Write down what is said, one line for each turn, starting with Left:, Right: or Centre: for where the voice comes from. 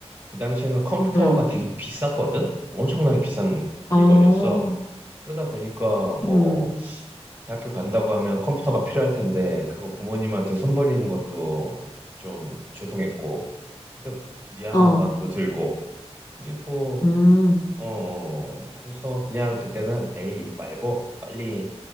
Right: 그 당시에는 컴퓨터가
Left: 응,
Right: 되게 비쌌거든? 엄청나게 비싼 물건이었어.
Left: 어,
Right: 그러다 보니까 뭐
Left: 응,
Right: 대학교 간다고 하면 컴퓨터가 필요할 텐데 그거 부모님한테 손 벌리는 것도 좀 죄송했고 그러니까 미안한
Left: 어,
Right: 마음도 들고 그리고
Left: 응,
Right: 어 어, 그래서 그냥 그때는 에이 이거 말고 빨리